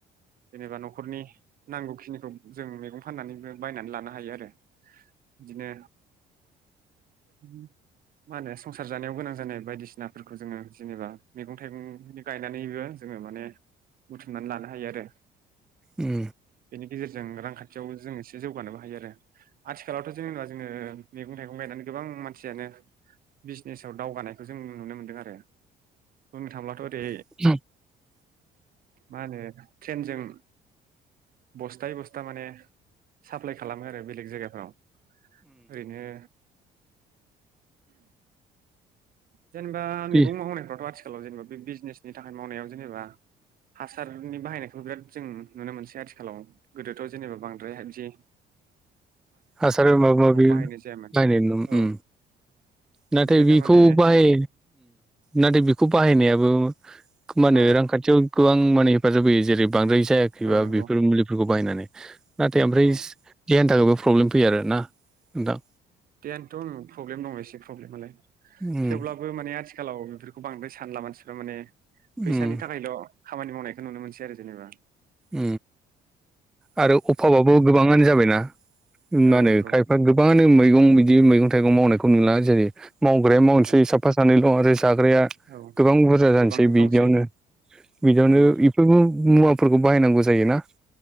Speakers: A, on the right (about 60°); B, in the centre.
A: जेनेबा न'खरनि नांगौखिनि खौ जों मैगं फाननानैबो बायनानै लानो हायो आरो बिदिनो उम मा होनो संसार जानायाव गोनां जानाय बायदिसिनाफोरखौ जोङो जेनेबा मैगं थाइगं गायनानैबो जोङो माने बुथुमनानै लानो हायो आरो।
B: उम
A: बेनि गेजेरजों रांखान्थियाव जों एसे जौगानोबो हायो आरो आथिखालावथ' जेनेबा जोङो मैगं थाइगं गायनानै गो बां मानसियानो बिजनेसाव दावगानायखौ जों नुनो मोन्दों आरो। बुंनो थांब्लाथ' ओरै
B: <unintelligible>
A: मा होनो ट्रेनजों बस्थायायै बस्था माने साप्लााय खालामो आरो बेलेग जायगाफ्राव। ओरैनो जेनेबा मैगं
B: बे
A: मावनायफ्राथ' आथिखालाव जेनेबा बे बिजनेसनि थाखाय मावनायाव जेनेबा हासारनि बाहायनायखौबो बिराद जों नुनो मोनसै आथिखालाव गोदोथ' जेनेबा बांद्राय दि
B: हासार माबा माबि
A: बाहायनाय जायामोन
B: नायनाय उ
A: औ
B: नाथाय
A: ओमफ्राय
B: बिखौ
A: दामाने
B: बाहाय नाथाय बेखौ बाहायनायाबो मा होनो
A: औ
B: रांखान्थियाव गोबां माने हेफाजाब होयो जेरै बांद्राय जायाखैबा
A: औ नंगौ
B: बेफोर मुलिफोरखौ बायनानै नाथाय ओमफ्राय
A: औ
B: सि गियानि थाखायबो प्रब्लेम फैयो आरो ना नोंथां।
A: देहानोथ' आं प्रब्लेम दङ एसे प्रब्लेमालाय
B: उम
A: थेवब्लाबो माने आथिखालाव बेफोरखौ बांद्राय सानला मानसिफ्रा माने फैसानि
B: उम
A: थाखायल' खामानि मावनायखौ नुनो मोनसै आरो जेनेबा।
B: उ। आरो अभाबाबो गोबाङानो जाबायना ओ
A: औ
B: मा होनो
A: नंगौ
B: खायफा गोबाङानो मै मैगं बिदि मैगं थाइगं मावनायखौ नुला जेरै मावग्राया मावनोसै
A: औ
B: साफा सानैल' आरो जाग्राया
A: औ
B: गोबां बुरजा
A: गोबां
B: जानोसै बिदियावनो
A: दंसै
B: बिदियावनो
A: नंगौ
B: बेफोरबो मुवा फोरखौ बाहायनांगौ जायोना